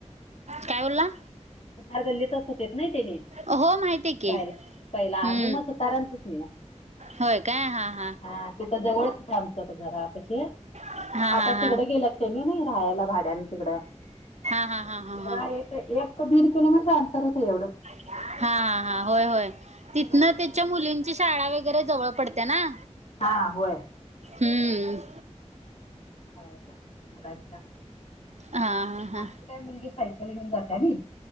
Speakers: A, on the right (about 65°); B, on the left (about 55°).
A: काय बोलला?
B: तार गल्लीतच होतेत नाही त्याने,
A: हो माहिती आहे की
B: राहायला पहिला
A: हम्म
B: आमी म सुताराणचेच मीं.
A: होय काय? हां.
B: हा तिथं जवळच होत आमच घरा पाशी,
A: हा
B: आता
A: हा हा हा
B: तिकडं गेल्यात. त्यांनी नाही राहायला भाड्यान तिकडं
A: हा हा हा हा
B: राह एक एक का एक दीड किलोमीटर अंतर होत एवढंच.
A: हा हा हा होय होय तिथन
B: हा
A: त्याच्या मुलीं ची शाळा वगैरे जवळ पडते ना.
B: हा होय.
A: हम्म.
B: शाळेच्या मुलांच्या
A: हा हा हा
B: आमची काय मुलगी सायकल घेऊन जाते आणि